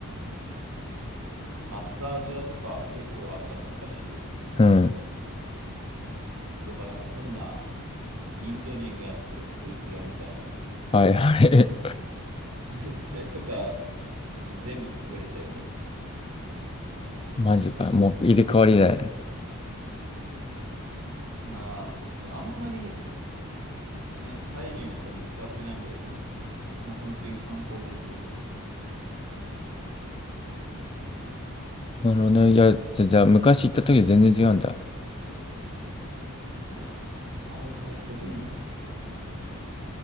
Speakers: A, on the right; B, on the left.
A: マッサージ屋とか結構あったの、昔。
B: うん。
A: とか、なんか変なインド人がやってるスーツ屋みたいな。
B: はいはい。
A: <laughs> それとか、全部潰れたよね。
B: マジか。もう入れ替わりだね。
A: まあ、あんまりね、タイ人は多分使ってないんだよね。もう本当に観光客用みたいな。
B: なるほどね。いや、じゃ、じゃあ昔行った時全然違うんだ。
A: いやー、だいぶ変わったと思うよ。